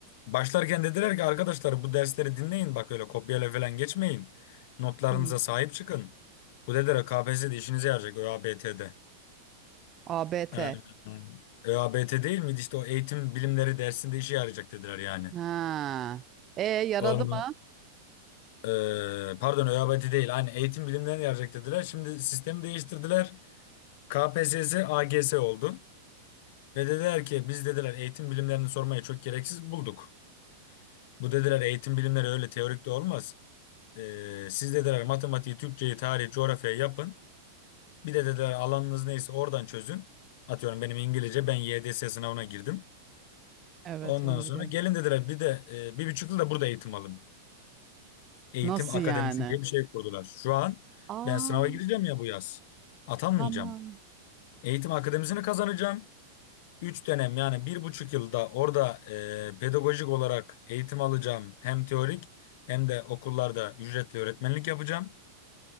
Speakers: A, on the left (about 55°); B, on the right (about 30°).
A: başlarken dediler ki arkadaşlar bu dersleri dinleyin bak öyle kopyayla falan geçmeyin. Notlarınıza
B: Hmm.
A: sahip çıkın. Bu dediler KPSS'de işinize yarayacak ÖABT'de.
B: A B T.
A: Aynen. ÖABT değil miydi işte o eğitim bilimleri dersinde işe yarayacak dediler yani.
B: Ha. E yaradı
A: Onu,
B: mı?
A: e, pardon ÖABT değil hani eğitim bilimlerine yarayacak dediler. Şimdi sistemi değiştirdiler. KPSS AGS oldu. Ve dediler ki biz dediler eğitim bilimlerini sormaya çok gereksiz bulduk. Bu dediler eğitim bilimleri öyle teorik de olmaz. Ee, siz dediler matematiği, Türkçeyi, tarihi, coğrafyayı yapın. Bir de dediler alanınız neyse oradan çözün. Atıyorum benim İngilizce ben YDS sınavına girdim.
B: Evet,
A: Ondan
B: onu
A: sonra
B: biliyorum.
A: gelin dediler bir de e, bir buçuk yıl da burada eğitim alın. Eğitim
B: Nasıl
A: akademisi
B: yani?
A: diye bir şey kurdular. Şu an
B: Aa,
A: ben sınava gireceğim ya bu yaz. Atanmayacağım.
B: tamam.
A: Eğitim akademisini kazanacağım. Üç dönem yani bir buçuk yılda orada e, pedagojik olarak eğitim alacağım hem teorik hem de okullarda ücretli öğretmenlik yapacağım.